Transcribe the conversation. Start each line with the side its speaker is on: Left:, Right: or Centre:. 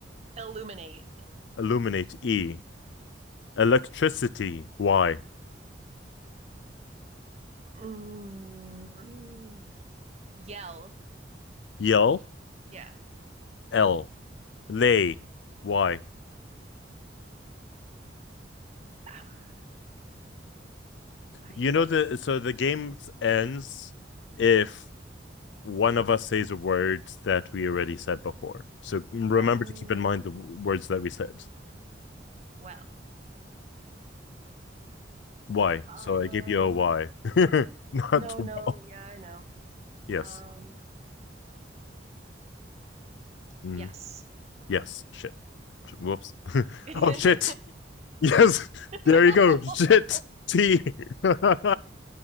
Right: Illuminate.
Left: Illuminate E. Electricity Y.
Right: Mm, yell.
Left: Yell
Right: Yeah.
Left: L. Lay Y.
Right: Um, I
Left: You know
Right: hate
Left: the
Right: you.
Left: so the game ends if one of us says a word that we already said before. So remember
Right: Um,
Left: to keep in mind the words that we said.
Right: well.
Left: Why?
Right: Um,
Left: So I gave you a why. <laughs> Not
Right: no,
Left: well.
Right: no. Yeah, I know.
Left: Yes.
Right: Um,
Left: Mm,
Right: yes.
Left: yes. Shit. Whoops. <laughs>
Right: <laughs>
Left: oh shit. Yes. There
Right: No.
Left: you go. Shit. T. <laughs>